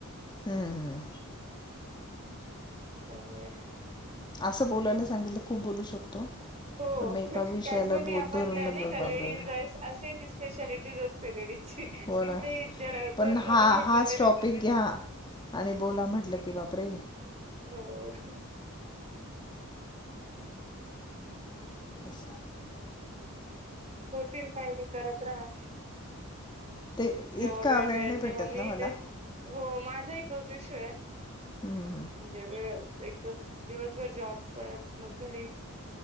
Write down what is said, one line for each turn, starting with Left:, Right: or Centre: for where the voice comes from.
Left: हम्म हम्म
Right: त्यामुळे
Left: असं बोलायला सांगितल खूप बोलू शकतो.
Right: हो
Left: पण मग एका
Right: कॅज्युअली
Left: विषयाला बोध
Right: आपण
Left: धरून
Right: नाही
Left: बंद
Right: का
Left: बापरे
Right: लेडीज असे ती स्पेशालिटीज असते लेडीज.
Left: हो
Right: कुठेही
Left: ना
Right: जला बसमध्ये
Left: पण हा
Right: भेटलं
Left: हाच
Right: तरी
Left: टॉपिक घ्या आणि बोला म्हटलं की, बापरे
Right: हो <inaudible>
Left: <unintelligible>
Right: होतील काही नाही, करत राहा.
Left: ते
Right: जेव्हा
Left: इतका
Right: वेळ मिळेल
Left: नाही भेटत
Right: तेव्हा मी
Left: ना मला
Right: तेच हो माझाही तोच इशु आहे.
Left: हम्म,
Right: म्हणजे वेळ एकच दिवसभर जॉब परत मग घरी